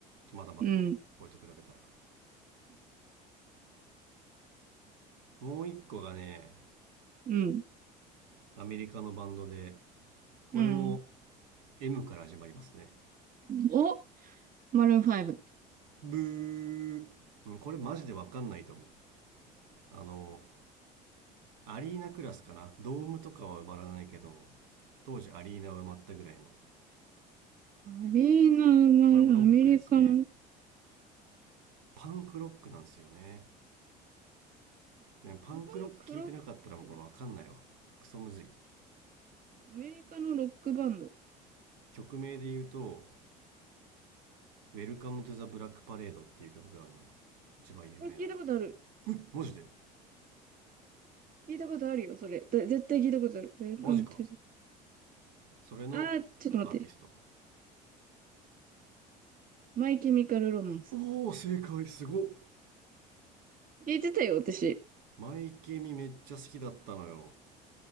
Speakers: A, on the right (about 80°); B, on the right (about 40°).
A: まだまだだけど俺と比べたら
B: うん、
A: もう一個がね
B: うん、
A: アメリカのバンドでこれも
B: うん。
A: M から始まりますね
B: おマルーン5。
A: ブーうんこれマジでわかんないと思うあのアリーナクラスかなドームとかは埋まらないけど当時アリーナは埋まったぐらいの
B: マリーナ・マル、
A: これもロックですね
B: アメリカの
A: パンクロックなんですよねねパンクロック聞いてなかったらもうこれ分かんないわクソむずい
B: 基本クロック。アメリカのロックバンド。
A: 曲名で言うと「Welcome to the Black Parade」っていう曲があるのよ一番有名な
B: これ聞いたことある。
A: マジで
B: 聞いたことあるよ、それ。絶対聞いたことある。Welcome
A: マジか
B: to the...
A: それのアーティスト
B: あー、ちょっと待って。マイケミカルロマンス。
A: おお正解すごっ
B: 聞いてたよ、私。
A: マイケミめっちゃ好きだったのよ